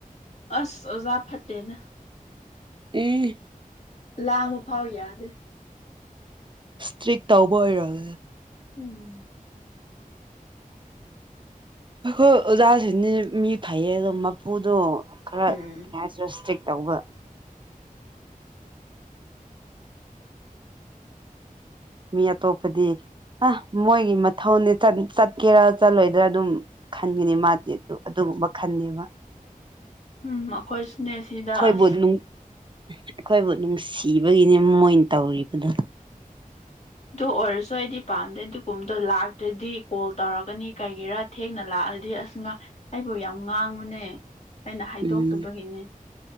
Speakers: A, on the left; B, on the right.
A: ꯑꯁ ꯑꯣꯖꯥ ꯐꯠꯇꯦꯅ
B: ꯎꯝ
A: ꯂꯥ ꯑꯃ ꯐꯥꯎ ꯌꯥꯗꯦ
B: ꯏꯁꯇ꯭ꯔꯤꯛ ꯇꯧꯕ ꯑꯣꯏꯔꯣꯦ
A: ꯎꯝ
B: ꯑꯩꯈꯣꯏ ꯑꯣꯖꯥꯁꯤꯗꯤ ꯃꯤ ꯐꯩꯌꯦ ꯑꯗꯣ ꯃꯄꯨꯗꯣ ꯈꯔ
A: ꯎꯝ
B: ꯀꯩ ꯍꯥꯏꯔꯦꯇ ꯇꯧꯕ ꯃꯤꯌꯥ ꯇꯣꯄꯗꯤ ꯑ ꯃꯣꯏꯒꯤ ꯃꯊꯧꯅꯤ ꯆꯠꯀꯦꯔꯥ ꯆꯠꯂꯣꯏꯗ꯭ꯔꯥ ꯑꯗꯨꯝ ꯈꯟꯒꯅꯤ ꯃꯥꯗꯤ ꯑꯗꯨ ꯃꯈꯟꯅꯦꯕ
A: ꯎꯝ ꯑꯩꯈꯣꯏꯁꯨꯅꯦ ꯁꯤꯗ
B: ꯍꯣꯏꯕꯨꯣꯠꯂꯨ
A: ꯑꯁ
B: ꯑꯩꯈꯣꯏꯕꯨ ꯅꯨꯡꯁꯤꯕꯒꯤꯅꯦ ꯃꯣꯏꯅ ꯇꯧꯔꯤꯕꯗꯣ
A: ꯑꯗꯨ ꯑꯣꯏꯔꯁꯨꯋꯥꯗꯤ ꯄꯥꯝꯗꯦ ꯑꯗꯨꯒꯨꯝꯕꯗꯣ ꯂꯥꯛꯇ꯭ꯔꯗꯤ ꯀꯣꯜ ꯇꯧꯔꯛꯀꯅꯤ ꯀꯩꯒꯤꯔꯥ ꯊꯦꯡꯅ ꯂꯥꯛꯑꯗꯤ ꯑꯁꯅ ꯕꯨ ꯌꯥꯝ ꯉꯥꯡꯕꯅꯦ ꯑꯩꯅ ꯍꯥꯏꯗꯣꯛꯇꯕꯒꯤꯅꯦ
B: ꯎꯝ